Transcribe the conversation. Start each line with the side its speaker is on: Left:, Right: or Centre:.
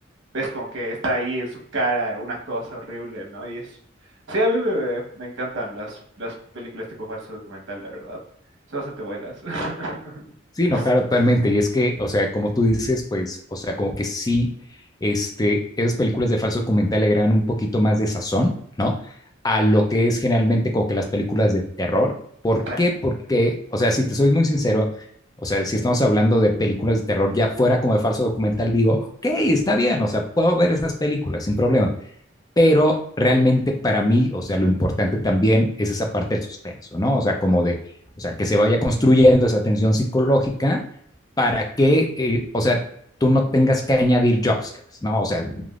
Right: ves como que está ahí en su cara una cosa horrible, ¿no? Y es... Sí, a mí me, me encantan las, las películas tipo falso documental, la verdad. Son bastante buenas. <laughs>
Left: Sí, no, claro,
Right: Sí,
Left: totalmente. Y es que, o sea, como tú dices, pues, o sea, como que sí, este, esas películas de falso documental le agregan un poquito más de sazón, ¿no? A lo que es generalmente como que las películas de terror. ¿Por
Right: sí,
Left: qué? Porque, o sea, si te soy muy sincero, o sea, si estamos hablando de películas de terror ya fuera como de falso documental, digo, ok, está bien, o sea, puedo ver esas películas sin problema. pero realmente para mí, o sea, lo importante también es esa parte del suspenso, ¿no? O sea, como de, o sea, que se vaya construyendo esa tensión psicológica para que, eh, o sea, tú no tengas que añadir jumpscares, ¿no? O sea,